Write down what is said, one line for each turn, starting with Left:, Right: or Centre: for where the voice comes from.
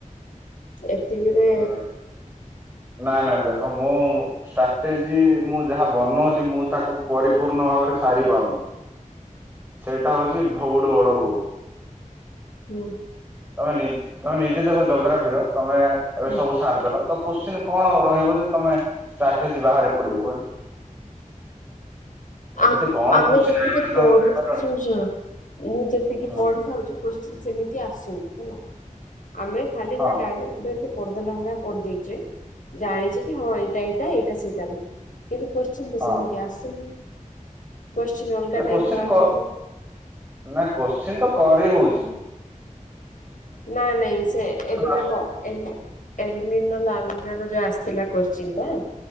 Left: ଏତିକିରେ
Right: ହଁ <unintelligible> ନାଇଁ ନାଇଁ ଦେଖ ମୁଁ ଷ୍ଟ୍ରାଟେଜି ମୁଁ ଯାହା ବନଉଛି ମୁଁ ତାକୁ ପରିପୂର୍ଣ୍ଣ ଭାବରେ ସାରିପାରୁନି ସେଇଟା ହଉଛି ବହୁଟୁ ବଡ ଭୂଲ୍।
Left: ହୁଁ <unintelligible>
Right: ତମେ ନିଜେ ତମେ ନିଜେ ଦେଖ ଜୋଗ୍ରାଫିର ତମେ ଏବେ
Left: ହୁଁ
Right: ସବୁ ସାରିଦେଲ ତ କୋଶ୍ଚିିନ କଣ ରହିବ ଯେ ତମେ ଷ୍ଟ୍ରାଟେଜି ବାହାରେ ପଡିବ କହିଲ। ଏମିତି
Left: ଆମେ
Right: କଣ
Left: ଆମେ
Right: କୋଶ୍ଚିନ୍
Left: ଯେତିକି
Right: ଆଇବ ଯେ
Left: ପଢ଼ୁଛୁ
Right: ତମେ କରିପାରିବନି
Left: ଶୁଣ ଶୁଣ ମୁଁ ଯେତିକି
Right: ହଁ
Left: ପଢି ଥାଉଛି ସେମିତି ଆସୁନି ହେଲା। ଆମେ ଖାଲି
Right: ହଁ
Left: ଗୋଟେ ଡାଇ ପଡିଦେଲା ଭଳିଆ ପଡି ଦେଇଚେ ଜାଣିଚେ କି ହଁ ଏଇଟା ଏଇଟା ଏଇଟା ସେଇଟା ବୋଲି। କିନ୍ତୁ କୋଶ୍ଚିନ୍ ତ
Right: ହଁ
Left: ସେମିତିଆ ଆସୁନି। କୋଶ୍ଚିନ୍ ଅଲଗା ଟାଇପ
Right: କୋଶ୍ଚିନ୍
Left: ର ଆସୁଛି।
Right: କ ନା କୋଶ୍ଚିନ୍ ସେ ତ କରିହଉଛି
Left: ନାଇଁ ନାଇଁ ସେ ଏବେ
Right: ହଁ
Left: ଦେଖ ଏଲ ନିନୋ ଲା ନିନୋ ର ଯୋଉ ଆସିଥିଲା କଶ୍ଚିନ୍ ଟା